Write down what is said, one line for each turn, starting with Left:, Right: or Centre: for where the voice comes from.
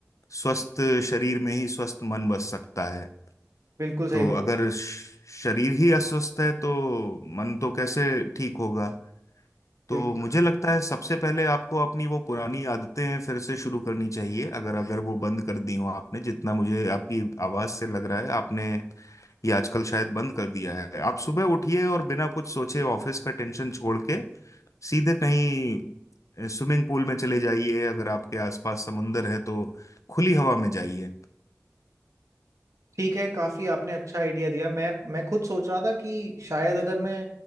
Left: स्वस्थ शरीर में ही स्वस्थ मन बस सकता है
Right: बिल्कुल सही
Left: तो
Right: बात
Left: अगर श- शरीर ही अस्वस्थ है तो मन तो कैसे ठीक होगा तो
Right: बिल्कुल
Left: मुझे लगता है सबसे पहले आपको अपनी वो पुरानी आदतें फिर से शुरू करनी चाहिए अगर अगर वो बंद कर दी हो आपने जितना मुझे आपकी आवाज से लग रहा है आपने ये आजकल शायद बंद कर दिया है आप सुबह उठिए और बिना कुछ सोचे ऑफिस का टेंशन छोड़ के सीधे कहीं स्विमिंग पूल में चले जाइए अगर आपके आसपास समुंदर है तो खुली हवा में जाइए
Right: ठीक है काफी आपने अच्छा आइडिया दिया मैं मैं खुद सोच रहा था कि शायद अगर मैं